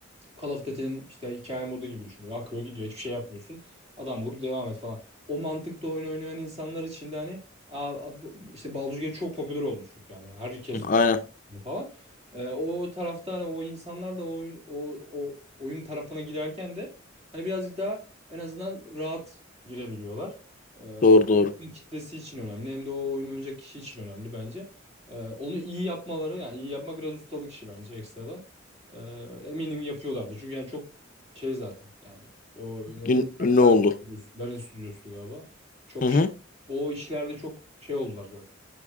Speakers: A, on the right (about 30°); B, on the left (about 40°).
A: Call of Duty'nin işte hikaye modu gibi düşün. Böyle akıyor gidiyor hiçbir şey yapmıyorsun. Adam vur devam et falan. O mantıkta oyun oynayan insanlar için de hani aa, bu- işte Baldur's Gate çok popüler oldu çünkü yani herkes
B: Aynen.
A: bunu falan. Ee, o tarafta hani o insanlar da o oyun o, o oyun tarafına girerken de hani birazcık daha en azından rahat girebiliyorlar. Ee,
B: Doğru doğru.
A: hem oyun kitlesi için önemli hem de o oyunu oynayacak kişi için önemli bence. Ee, onu iyi yapmaları yani iyi yapmak biraz ustalık işi bence ekstradan. Ee, eminim yapıyorlardı. Çünkü yani çok şey zaten yani o ne
B: Ün-
A: Lerin
B: ünlü oldu.
A: Stüdyosu Lerin Stüdyosu'ydu galiba. Çok
B: Hı
A: şey-
B: hı.
A: o işlerde çok şey oldular zaten.